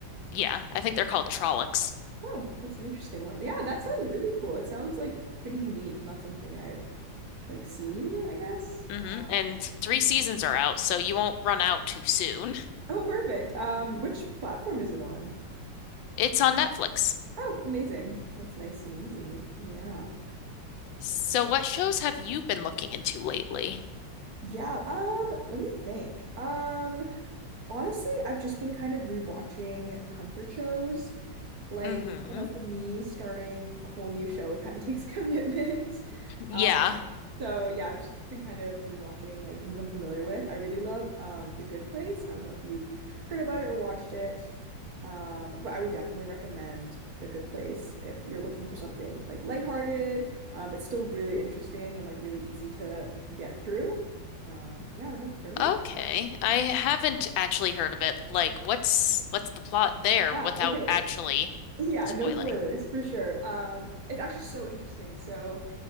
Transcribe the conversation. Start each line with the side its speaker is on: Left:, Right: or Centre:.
Left: yeah, I think they're called Trollocs.
Right: Oh, that's an interesting one. Yeah, that sounds really cool. It sounds like pretty unique, not something I've like seen, I guess.
Left: hmm
Right: Uh,
Left: And three seasons are out, so you won't run out too soon.
Right: oh, perfect. Um, which platform is it on?
Left: It's on Netflix.
Right: Oh, amazing. That's nice and easy. Yeah.
Left: So, what shows have you been looking into lately?
Right: Yeah, um, let me think. Um, honestly, I've just been kind of rewatching comfort shows. Like,
Left: hmm
Right: I don't know, for me, starting a whole new show, it kind of takes <laughs> commitment.
Left: Yeah.
Right: Um, So yeah, I've just been kind of rewatching like things I'm familiar with. I really love um The Good Place. I don't know if you've heard about it or watched it. Um, but I would definitely recommend The Good Place if you're looking for something like lighthearted, um, but still really interesting and like really easy to get through. Um, yeah, I don't know if you've heard of it.
Left: Okay. I haven't actually heard of it. Like, what's what's the plot there
Right: Yeah,
Left: without
Right: okay.
Left: actually
Right: <laughs> Yeah,
Left: spoiling?
Right: no spoilers for sure. Um, it's actually so interesting. So